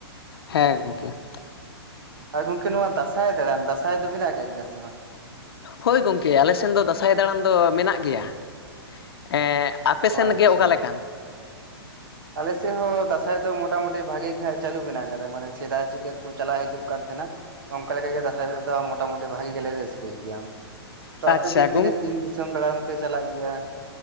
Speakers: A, on the left (about 65°); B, on the right (about 55°).
A: ᱦᱮᱸ ᱜᱚᱢᱠᱮ ᱾
B: ᱟᱨ ᱜᱚᱝᱠᱮ ᱱᱚᱣᱟ ᱫᱟᱥᱟᱸᱭ ᱫᱟᱬᱟᱱ ᱫᱟᱥᱟᱸᱟᱭ ᱫᱚ ᱢᱮᱱᱟᱜ ᱟᱠᱟᱫ ᱜᱮᱭᱟ ᱥᱮ ᱵᱟᱝ
A: ᱦᱳᱭ ᱜᱚᱝᱠᱮ ᱟᱞᱮ ᱥᱮᱱ ᱫᱚ ᱫᱟᱸᱥᱟᱭ ᱫᱟᱬᱟᱱ ᱫᱚ ᱢᱮᱱᱟᱜ ᱜᱮᱭᱟ ᱾ ᱟᱯᱮ
B: ᱚ
A: ᱥᱮᱱ
B: ᱟᱪᱪᱷᱟ
A: ᱜᱮ ᱚᱠᱟ ᱞᱮᱠᱟᱱ?
B: ᱟᱞᱮ ᱥᱮᱫ ᱦᱚᱸ ᱫᱟᱥᱟᱸᱭ ᱫᱚ ᱢᱚᱴᱟ ᱢᱩᱴᱤ ᱵᱷᱟᱜᱮ ᱜᱮ ᱪᱟᱹᱞᱩ ᱢᱮᱱᱟᱜ ᱟᱠᱟᱫᱟ ᱢᱟᱱᱮ ᱥᱮᱫᱟᱭ ᱪᱤᱼᱠᱟᱹ ᱠᱚ ᱪᱟᱞᱟᱣ ᱦᱤᱡᱩᱜ ᱠᱟᱱ ᱛᱟᱦᱮᱸᱱᱟ ᱾ ᱚᱱᱠᱟ ᱞᱮᱠᱟ ᱜᱮ ᱫᱟᱥᱟᱸᱭ ᱫᱚ ᱢᱚᱴᱟᱢᱩᱴᱤ ᱵᱷᱟᱜᱤ ᱜᱮᱞᱮ ᱨᱟᱹᱥᱠᱟᱹᱭ ᱜᱮᱭᱟ ᱾ ᱛᱚ
A: ᱟᱪᱪᱷᱟ
B: ᱟᱯᱮ ᱜᱮ
A: ᱜᱚᱝ
B: ᱛᱤᱱᱟᱹᱜ ᱫᱤᱱ ᱫᱤᱥᱚᱢ ᱫᱟᱬᱟᱱ ᱯᱮ ᱪᱟᱞᱟᱜ ᱜᱮᱭᱟ?